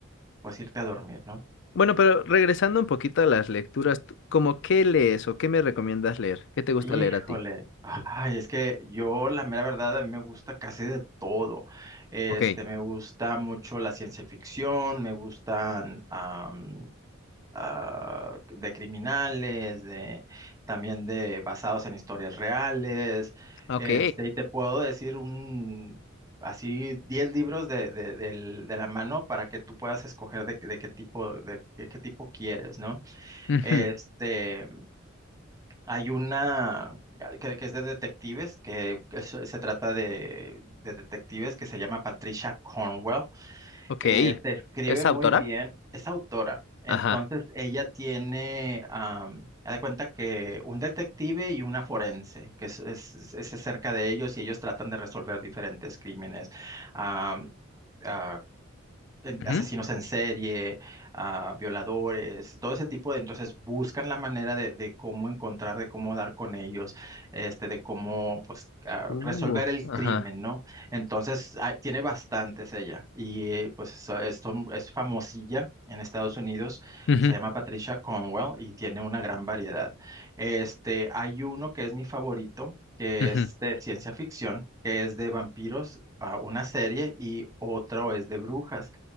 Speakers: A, on the right; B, on the left.
A: pues irte a dormir, ¿no?
B: Bueno, pero regresando un poquito a las lecturas, ¿tú- ¿cómo qué lees o qué me recomiendas leer? ¿Qué te gusta
A: Híjole,
B: leer a ti?
A: ay, es que yo la mera verdad a mí me gusta casi de todo. Este,
B: Ok,
A: me gusta mucho la ciencia ficción, me gustan am, ah, de criminales, de también de basados en historias reales.
B: ok,
A: Este, y te puedo decir un así 10 libros de, de, del- de la mano para que tú puedas escoger de, de qué tipo de de qué tipo quieres, ¿no?
B: ujú,
A: Este, hay una que, que es de detectives, que es- se trata de, de detectives que se llama Patricia Cornwell.
B: ok.
A: Eh, se escribe
B: ¿Es
A: muy
B: autora?
A: bien, es autora. Entonces
B: Ajá.
A: ella tiene, am, haz de cuenta que un detective y una forense, que es, es- es acerca de ellos y ellos tratan de resolver diferentes crímenes. Am, ah, en-
B: ujú.
A: asesinos en serie, ah, violadores, todo ese tipo de, entonces buscan la manera de, de cómo encontrar, de cómo dar con ellos, este, de cómo pues ah,
B: Uh,
A: resolver el
B: ajá.
A: crimen, ¿no? Entonces ah, tiene bastantes ella y eh, pues so- es, son- es famosilla. En Estados Unidos
B: ujú,
A: se llama Patricia Cornwell y tiene una gran variedad. Este, hay uno que es mi favorito, que
B: ujú,
A: es de ciencia ficción, que es de vampiros, ah, una serie, y otro es de brujas.